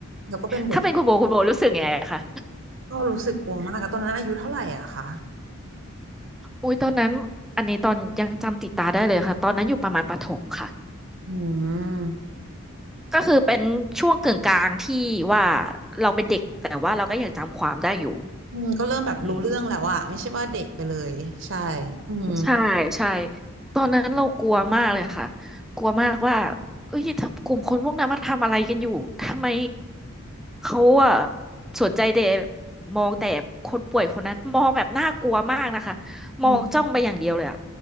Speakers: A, on the right; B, in the centre.
A: แล้วก็เป็นเด็ก
B: ถ้าเป็นคุณโบคุณโบรู้สึกยังไงคะ
A: ก็รู้สึกกลัวมากอะตอนนั้นอายุเท่าไหร่อะคะ
B: อุ้ยตอนนั้นอันนี้ตอนยังจำติดตาได้เลยค่ะตอนนั้นอยู่ประมาณประถมค่ะ
A: อืม
B: ก็คือเป็นช่วงกึ่งกลางที่ว่าเราเป็นเด็กแต่ว่าเราก็ยังจำความได้อยู่
A: อืมก็เริ่มแบบรู้เรื่องแล้วอะไม่ใช่ว่าเด็กไปเลยใช่
B: อืม
A: อืม
B: ใช่ใช่ตอนนั้นเรากลัวมากเลยค่ะกลัวมากว่าเอ้ยถ้ากลุ่มคนพวกนั้นมาทำอะไรกันอยู่ทำไมเขาอะสนใจแต่มองแต่คนป่วยคนนั้นมองแบบน่ากลัวมากนะคะมองจ้องไปอย่างเดียวเลยอะ
A: อืม